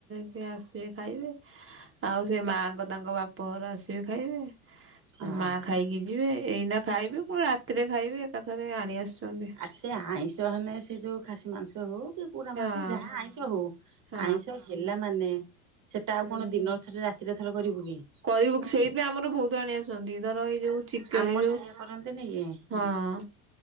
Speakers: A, on the right (about 30°); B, on the right (about 45°).
A: କି ଆସିବେ ଖାଇବେ ଆଉ ସେ ମାଆଙ୍କ ତାଙ୍କ ବାପଘର ଆସିବେ ଖାଇବେ
B: ଅହ।
A: ମା ଖାଇକି ଯିବେ ଏଇନା ଖାଇବେ ପୁଣି ରାତିରେ ଖାଇବେ ଏକାଥରେ ଆଣି ଆସୁଛନ୍ତି
B: ଆ ସେ ଆଇଁଷ ହେନେ ସେ ଯେଉଁ ଖାସି ମାଂସ ହେଉ ପୋଡା
A: ହଁ
B: ମାଂସ ଯାହା ଆଇଁଷ ହଉ
A: ହଁ
B: ଆଇଁଷ ହେଲା ମାନେ ସେଟା ଆଉ
A: ହୁଁ।
B: କଣ ଦିନ ଥରେ ରାତିରେ ଥରେ କରିବୁ କି
A: କରିବୁ
B: ଆମର
A: ସେଇଥିପାଇଁ ଆମର ବହୁତ ଆଣି ଆସନ୍ତି ଧର ଏଇ ଯୋଉ ଚିକେନ ଏଇ ଯୋଉ
B: ସେ ଇୟେ କରନ୍ତିନି କି
A: ହଁ